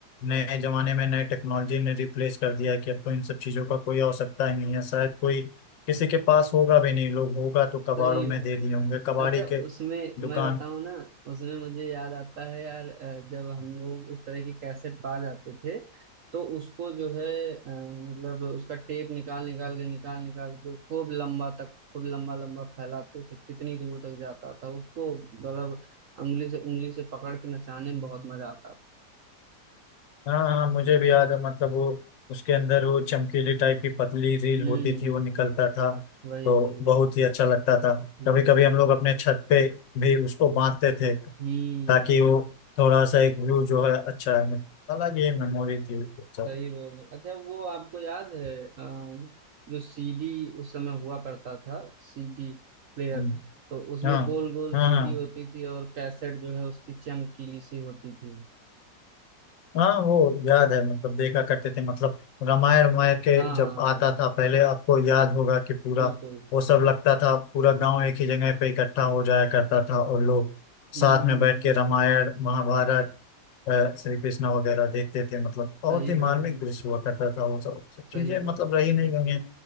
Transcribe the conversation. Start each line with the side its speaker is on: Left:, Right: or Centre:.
Left: नए जमाने में नए टेक्नोलॉजी ने रिप्लेस कर दिया है कि अब तो इन सब चीजों का कोई आवश्यकता ही नहीं है शायद कोई किसी के पास होगा भी नहीं लोग होगा तो कबाड़ों
Right: सही
Left: में
Right: बात
Left: दे दिए
Right: है
Left: होंगे कबाड़ी
Right: अच्छा
Left: के
Right: उसमें
Left: दुकान
Right: मैं बताऊं ना उसमें मुझे याद आता है यार अ, जब हम लोग उस तरह की कैसेट पा जाते थे तो उसको जो है अ, मतलब उसका टेप निकाल निकाल के निकाल निकाल के खूब लंबा तक खूब लंबा लंबा फैलाते थे कितनी दूर तक जाता था उसको मतलब उंगली से उंगली से पकड़ के नचाने में बहुत मजा आता था।
Left: हाँ हाँ मुझे भी याद है मतलब वो उसके अंदर वो चमकीली टाइप की पतली रील
Right: हम्म
Left: होती थी वो निकलता था
Right: वही
Left: तो
Right: वही
Left: बहुत ही अच्छा लगता था
Right: हम्म
Left: कभी कभी हम लोग अपने छत पे भी उसको बांधते थे
Right: हम्म
Left: ताकि वो थोड़ा सा एक व्यू जो है अच्छा है मतलब अलग ही मेमोरी थी वो सब
Right: सही बोल रहे। अच्छा वो आपको याद है अम, जो सीडी उस समय हुआ करता था सीडी प्लेयर
Left: हम्म,
Right: तो उसमें
Left: हाँ
Right: गोल गोल
Left: हाँ
Right: सीडी
Left: हाँ
Right: होती थी और कैसेट जो है उसकी चमकीली सी होती थी
Left: हाँ वो याद है मतलब देखा करते थे मतलब रामायण रामायण के
Right: हाँ
Left: जब
Right: हाँ
Left: आता
Right: हाँ
Left: था पहले आपको याद होगा कि पूरा
Right: बिल्कुल
Left: वो सब लगता था पूरा गांव एक ही जगह पे इकट्ठा हो जाया करता था और लोग
Right: हम्म
Left: साथ में बैठ के रामायण महाभारत अ, श्री कृष्णा वगैरह देखते थे मतलब बहुत
Right: सही
Left: ही
Right: बोल
Left: मार्मिक
Right: रहे हैं,
Left: दृश्य हुआ करता था वो सब सब
Right: सही
Left: चीजें
Right: बात
Left: मतलब रही
Right: बोल
Left: नहीं
Right: रहे हैं।
Left: गई हैं